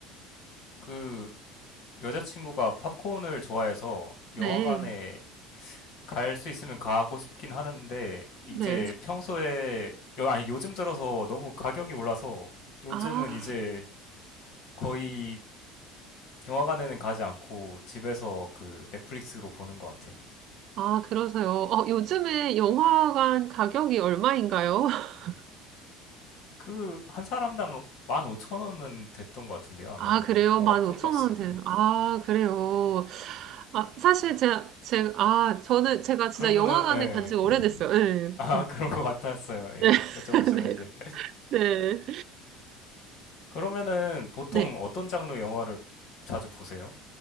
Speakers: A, on the left; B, on the right.
A: 그, 여자친구가 팝콘을 좋아해서
B: 네,
A: 영화관에 갈 수 있으면 가고 싶긴 하는데 이제
B: 네.
A: 평소에 여- 아니 요즘 들어서 너무 가격이 올라서 요즘은
B: 아,
A: 이제 거의 영화관에는 가지 않고 집에서 그 넷플릭스로 보는 것 같아요.
B: 아, 그러세요. 어, 요즘에 영화관 가격이 얼마인가요? <laughs>
A: 그 한 사람당 15,000원은 됐던 것 같은데요. 아무래도
B: 아, 그래요?
A: 영화표
B: 15,000원
A: 값이.
B: 되는. 아, 그래요. 아, 사실 제가, 제가, 아, 저는 제가 진짜
A: 그러면은
B: 영화관에
A: 예.
B: 간지 오래됐어요. 네.
A: 아,
B: 음.
A: <laughs> 그런 것 같았어요. 예.
B: 네.
A: 여쭤보시는
B: <laughs> 네.
A: 게.
B: 네.
A: 그러면은 보통
B: 네.
A: 어떤 장르 영화를 자주 보세요?